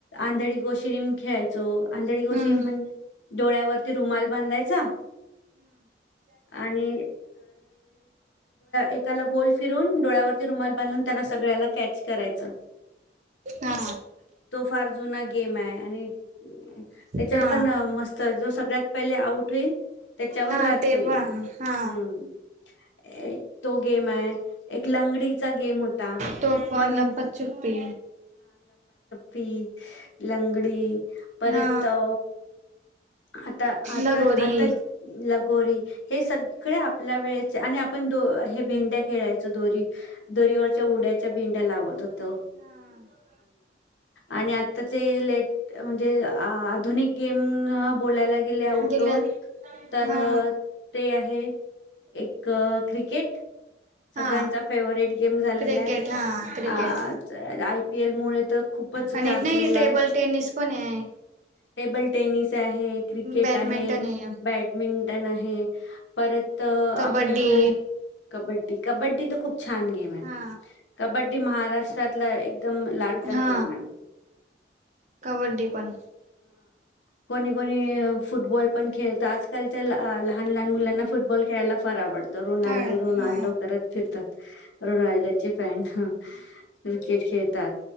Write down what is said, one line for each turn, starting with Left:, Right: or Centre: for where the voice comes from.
Left: आंधळी कोशिंबीर खेळायचो. आंधळी कोशिंबीर
Right: हम्म.
Left: म्हणजे डोळ्यावरती रुमाल बांधायचा आणि एकाला गोल फिरवून डोळ्यावर रुमाल बांधून त्याने सगळ्यांना कॅच करायचं
Right: हा
Left: तो फार गेम आहे आणि त्याच्यात
Right: हा
Left: पण मस्त जुस सगळ्यात पहिले आऊट. हरेल त्याच्यावर
Right: हा
Left: राज्य
Right: ते
Left: येईल
Right: पण हा
Left: ह तो गेम आहे. एक लंगडीचा गेम होता
Right: तो पण
Left: वन
Right: लपाछुपी
Left: पी लंगडी परत
Right: हा
Left: अ आता आताच
Right: लगोरी
Left: आताच लगोरी हे सग इकडे आपल्या वेळेचे आणि आपण हे भेंड्या खेळायचो दोरी दोरीवरच्या उड्याच्या भेंड्या लावत होतो
Right: हा
Left: आणि आत्ताचे इलेक्ट्रिक म्हणजे आधुनिक गेम आपल्याला गेल्यावर आउटडोर
Right: गेल्या
Left: तर
Right: हा
Left: ते आहे एक क्रिकेट सगळ्यांचा
Right: हा
Left: फेवरेट गेम झालेला
Right: क्रिकेट
Left: आहे
Right: हा क्रिकेट
Left: आ आयपीएलमुळे तर खूपच
Right: आणि
Left: गाजलेला
Right: नाही टेबल
Left: आहे.
Right: टेनिस पण आहे
Left: टेबल टेनिस आहे क्रिकेट
Right: बॅडमिंटन
Left: आहे
Right: आहे
Left: बॅडमिंटन आहे परत आपलं
Right: कबड्डी
Left: तो कबड्डी बट्टी तर खूप छान गेम ह
Right: हा
Left: कबड्डी महाराष्ट्र त्यातला एक एकदम लाडका
Right: हा
Left: गेम आहे
Right: कबड्डी पण
Left: कोणी कोणी फुटबॉल पण खेळतात आजकालच्या लहान लहान मुलांना फुटबॉल खेळायला फार आवड रोनाल्डो
Right: हा
Left: रोनाल्डो
Right: हा
Left: फिरतात रोनाल्डोचे फॅन हं क्रिकेट खेळतात.